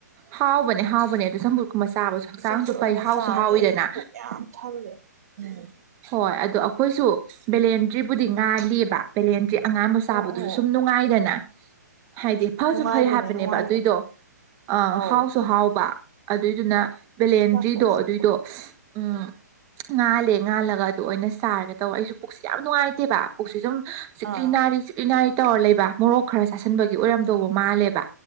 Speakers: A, on the right; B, on the right.
A: ꯍꯥꯎꯕꯅꯦ ꯍꯥꯎꯕꯅꯦ ꯑꯗꯨ ꯆꯝꯐꯨꯠ ꯀꯨꯝꯕ ꯆꯥꯕꯁꯨ ꯍꯛꯆꯥꯡꯁꯨ
B: ꯆꯝꯐꯨꯠ ꯑꯣꯏꯅ
A: ꯐꯩ ꯍꯥꯎꯁꯨ
B: ꯆꯥꯔꯅꯤ
A: ꯍꯥꯎꯋꯤꯗꯅ
B: ꯑꯩ ꯄꯨꯛ ꯌꯥꯝ ꯊꯜꯂꯦ ꯎꯝ
A: ꯍꯣꯏ ꯑꯗꯣ ꯑꯩꯈꯣꯏꯁꯨ ꯕꯦꯂꯦꯟꯗ꯭ꯔꯤꯕꯨꯗꯤ ꯉꯥꯜꯂꯤꯕ ꯕꯦꯂꯦꯟꯗ꯭ꯔꯤ ꯑꯉꯥꯟꯕ ꯆꯥꯕꯗꯨꯁꯨ
B: ꯑꯣ ꯑꯣ
A: ꯁꯨꯝ ꯅꯨꯡꯉꯥꯏꯗꯅ ꯍꯥꯏꯗꯤ ꯐꯁꯨ
B: ꯅꯨꯡꯉꯥꯏꯕꯅꯦ
A: ꯐꯩ ꯍꯥꯏꯕꯅꯦꯕ
B: ꯅꯨꯡꯉꯥꯏꯕꯅꯦ
A: ꯑꯗꯨꯏꯗꯣ ꯑ
B: ꯑꯧ
A: ꯍꯥꯎꯁꯨ ꯍꯥꯎꯕ ꯑꯗꯨꯏꯗꯨꯅ ꯕꯦꯂꯦꯟꯗ꯭ꯔꯤꯗꯣ
B: ꯆꯥꯊꯣꯛ ꯆꯥꯊꯣꯛ
A: ꯑꯗꯨꯏꯗꯣ ꯎꯝ ꯉꯥꯜꯂꯦ ꯉꯥꯜꯂꯒ ꯑꯗꯨ ꯑꯣꯏꯅ ꯆꯥꯔꯒꯦ ꯇꯧꯕ ꯑꯩꯁꯨ ꯄꯨꯛꯁꯤ ꯌꯥꯝ ꯅꯨꯡꯉꯥꯏꯇꯦꯕ ꯄꯨꯛꯁꯤ ꯁꯨꯝ ꯆꯤꯛꯂꯤ
B: ꯑꯥ
A: ꯅꯥꯔꯤ ꯆꯤꯛꯂꯤ ꯅꯥꯔꯤ ꯇꯧꯔ ꯂꯩꯕ ꯃꯣꯔꯣꯛ ꯈꯔ ꯆꯥꯁꯟꯕꯒꯤ ꯑꯣꯏꯔꯝꯗꯧꯕ ꯃꯥꯜꯂꯦꯕ